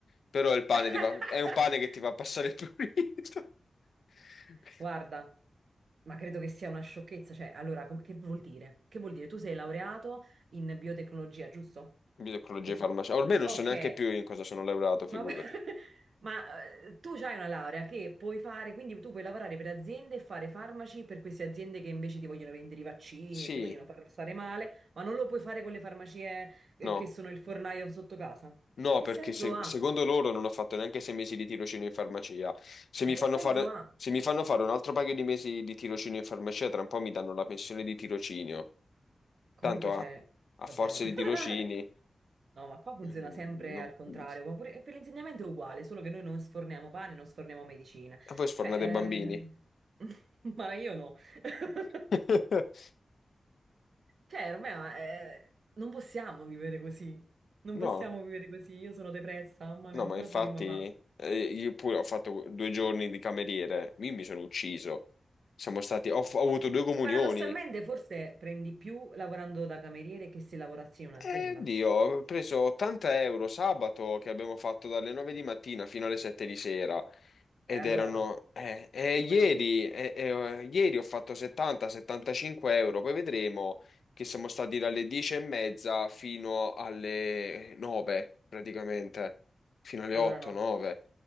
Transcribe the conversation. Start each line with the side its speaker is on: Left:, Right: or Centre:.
Left: Però il pane
Right: <laughs>
Left: ti fa... è un pane che ti fa passare il prurito. <laughs>
Right: Guarda, ma credo che sia una sciocchezza. Cioè, allora, com- che vuol dire? Che vuol dire? Tu sei laureato in biotecnologia, giusto?
Left: Ginecologia
Right: E-
Left: e farmacia. Ormai non
Right: ok,
Left: so neanche più in cosa sono laureato, figurati.
Right: Ma, <laughs> ma, eh, tu hai una laurea che puoi fare, quindi tu puoi lavorare per aziende e fare farmaci per queste aziende che invece ti vogliono vendere i vaccini
Left: Sì,
Right: e ti vogliono far stare male, ma non lo puoi fare con le farmacie eh,
Left: no.
Right: che sono il fornaio sotto casa.
Left: No,
Right: Che
Left: perché
Right: senso
Left: se-
Right: ha?
Left: secondo loro non ho fatto neanche sei mesi di tirocinio in farmacia. Se mi
Right: Ma che
Left: fanno
Right: senso
Left: fare,
Right: ha?
Left: se mi fanno fare un altro paio di mesi di tirocinio in farmacia, tra un po' mi danno la pensione di tirocinio.
Right: Comunque
Left: Tanto
Right: c'è,
Left: a, a
Right: davvero.
Left: forza di
Right: <laughs>
Left: tirocini,
Right: No, ma qua funziona
Left: mm,
Right: sempre
Left: non...
Right: al contrario,
Left: e
Right: ma pure- e per l'insegnamento è uguale, solo che noi non sforniamo pane, non sforniamo medicina.
Left: voi sfornate
Right: Cioè,
Left: bambini.
Right: eh, <laughs> ma io no. <laughs>
Left: <laughs>
Right: Cioè, ormai ma, eh, non possiamo vivere così. Non
Left: No.
Right: possiamo vivere così. Io sono depressa, mamma
Left: No,
Right: mia,
Left: ma
Right: come
Left: infatti
Right: potremmo fare?
Left: eh, io pure ho fatto due giorni di cameriere, io mi sono ucciso. Siamo stati, ho, ho avuto due comunioni.
Right: Paradossalmente, forse prendi più lavorando da cameriere che se lavorassi in un'azienda.
Left: E Dio, ho preso 80 euro sabato che abbiamo fatto dalle 9 di mattina fino alle 7 di sera. Ed
Right: Eh, allora
Left: erano,
Right: no,
Left: eh, eh,
Right: come
Left: ieri,
Right: non detto.
Left: eh, eh, ieri ho fatto 70-75 euro, poi vedremo che siamo stati dalle 10 e mezza fino alle 9 praticamente, fino alle
Right: Allora
Left: 8-9.
Right: no.